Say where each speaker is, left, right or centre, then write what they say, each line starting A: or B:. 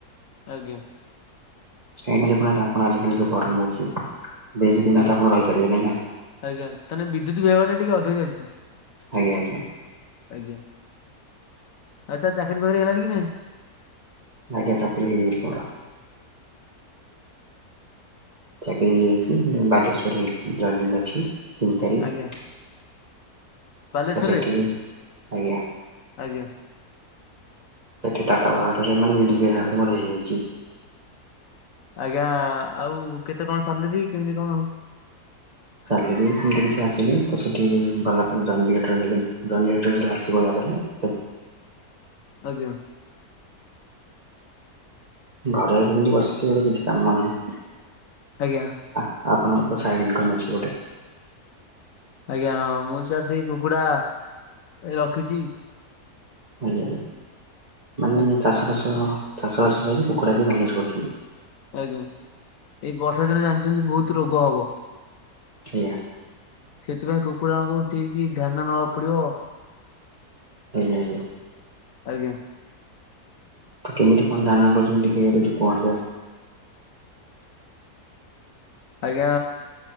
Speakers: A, on the left; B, on the right.
A: ଆଜ୍ଞା।
B: ସେଇନା ଦେଖୁନାହାନ୍ତି ଆପଣ ଆଜିକାଲି ଯୋଉ ଗରମ ହଉଛି ବେ ବି ଦିନ
A: ଆଜ୍ଞା
B: ତ ଆପଣ ରହିପାରିବେ ନାଇ ନା।
A: ଆଜ୍ଞା ତାହେଲେ ବିଦ୍ୟୁତ ବିଭାଗର ଟା ଟିକେ ଅଧିକ ଚାଲିଚି।
B: ଆଜ୍ଞା ଆଜ୍ଞା।
A: ଆଜ୍ଞା। ଆଉ ସାର୍ ଚାକିରି ବାକିରି ହେଇଲାଣି କି ନାଇଁ?
B: ଆଜ୍ଞା ଚାକିରି ହେଇଯାଇଚି ପଢା। ଚାକିରି ହେଇଯାଇଛି ବାଲେଶ୍ଵର ହେଇଛି ଜୟନ ଅଛି ତିନ ତାରିଖ।
A: ଆଜ୍ଞା ବାଲେଶ୍ଵରରେ
B: ତ ସେଠି ଆଜ୍ଞା
A: ଆଜ୍ଞା।
B: ସେଠି ଟାଟା ବାରରେ ମାନେ ବିଦ୍ୟୁତ୍ ବିଭାଗରେ ମ ହେଇଯାଇଛି।
A: ଆଜ୍ଞା ଆଉ କେତେ କଣ ସାଲେରୀ କେମିତି କଣ ହଉ?
B: ସାଲରୀ ସେମିତି କିଛି ଆସିଲି ତ ସେଠି ଭ ପରେ ଆସପ
A: ଆଜ୍ଞା।
B: ଘରେ ଏବେ କିନ୍ତୁ ବସିଛି ଏବେ କିଛି କାମ ନାହିଁ।
A: ଆଜ୍ଞା।
B: ଆ ଆପଣଙ୍କର ତ ସାଇଡ ଇନକମ୍ ଅଛି ଗୋଟେ
A: ଆଜ୍ଞା ହଁ ମୁଁ ସାର୍ ସେଇ କୁକୁଡା ଏ ରଖିଛି।
B: ଆଜ୍ଞା ମାନେ
A: ଆଜ୍ଞା
B: ଚାଷବାସ ଚାଷ ବାସ ସହିତ କୁକୁଡ଼ା ବି ମ୍ୟାନେଜେ କରୁଚନ୍ତି।
A: ଆଜ୍ଞା ଏଇ ବର୍ଷା ଦିନ ଜାଣିଛନ୍ତି ବହୁତ ରୋଗ ହବ।
B: ଆଜ୍ଞା।
A: ସେଥିପାଇଁ କୁକୁଡ଼ାଙ୍କୁ ଠିକ ଧ୍ୟାନ ନବାକୁ ପଡିବ।
B: ଆଜ୍ଞା ଆଜ୍ଞା।
A: ଆଜ୍ଞା।
B: ତ କେମିତି କଣ ଧାନ <unintelligible> ଚନ୍ତି ଟିକେ କୁହନ୍ତୁ
A: ଆଜ୍ଞା